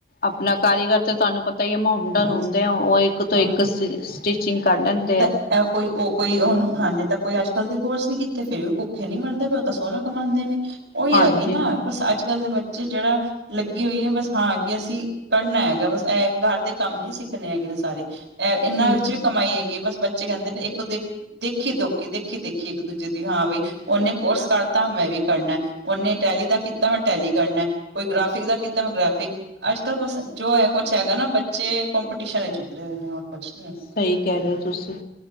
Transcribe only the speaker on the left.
ਆਪਣਾ ਕਾਰੀਗਰ ਤੇ, ਤੁਹਾਨੂੰ ਪਤਾ ਤਾਂਈ ਮੋਮਡਨ
ਹੁੰਦੇ ਆ, ਉਹ ਇੱਕ ਤੋਂ
ਇੱਕ ਸ ਸਟਿਚਿੰਗ ਕਰ ਲੈਂਦੇ
ਐ
ਹਾਂਜੀ
ਹਾਂਜੀ
ਸਹੀ ਕਹਿ ਰਹੇ ਹੋ ਤੁਸੀਂ,